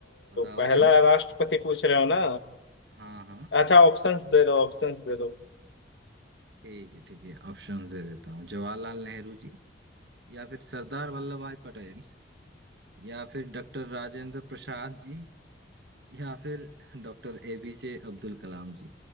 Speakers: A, on the right; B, on the left.
A: बताओ
B: पहला
A: भाई
B: राष्ट्रपति पूछ रहे हो ना
A: हाँ हाँ
B: अच्छा ऑप्शंस दे दो ऑप्शंस दे दो
A: ठीक है ठीक है ऑप्शन दे देता हूँ जवाहरलाल नेहरू जी या फिर सरदार वल्लभ भाई पटेल या फिर डॉक्टर राजेंद्र प्रसाद जी या फिर डॉक्टर एपीजे अब्दुल कलाम जी